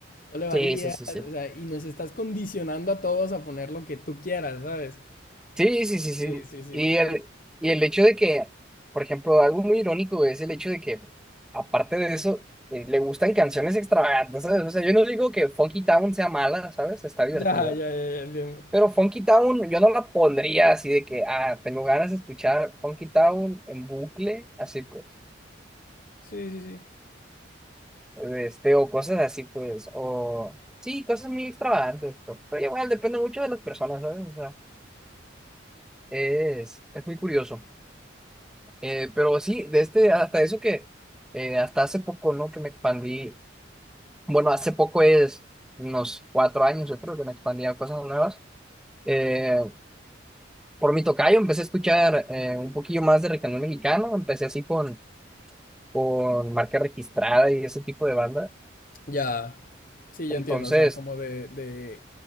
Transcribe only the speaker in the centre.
Sí, sí, sí, sí.
Sí, sí, sí, sí.
Y el,
y el hecho de que, por ejemplo, algo muy irónico güey, es el hecho de que, aparte de eso, eh, le gustan canciones extravagantes, ¿sabes? O sea, yo no digo que Funky Town sea mala, ¿sabes? Está divertida.
Pero Funky Town, yo no la pondría así de que, ah, tengo ganas de escuchar Funky Town en bucle, así pues,
este, o cosas así pues, o sí, cosas muy extravagantes, pues, pero igual depende mucho de las personas, ¿sabes? O sea, es, es muy curioso. Eh, pero sí, de este, hasta eso que, eh, hasta hace poco, ¿no? Que me expandí, bueno, hace poco es unos cuatro años, yo creo que me expandí a cosas nuevas. Eh, por mi tocayo empecé a escuchar eh, un poquillo más de regional mexicano, empecé así con con marca registrada y ese tipo de banda.
Entonces,